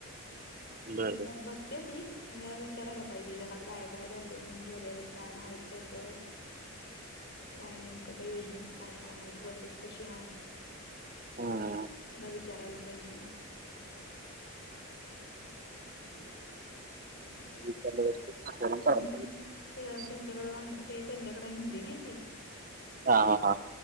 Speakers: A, on the left; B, on the right.
A: म
B: बर बर
A: त्यात बसत्या ती? म जला विचारायला पाहिजे जरा काय काय डॉक्युमेंटस वगैरे काय हाइत त्याचं काय नेमकं त्या योजनेचं काय काय हाय प्रोसेस कशी हाय?
B: हम्म
A: विचारायला पाहिजे म <unintelligible>
B: <unintelligible>
A: हम्म. ते जरा ते त्यांच्याकडे म्हणली नयी ती
B: हा हा हा.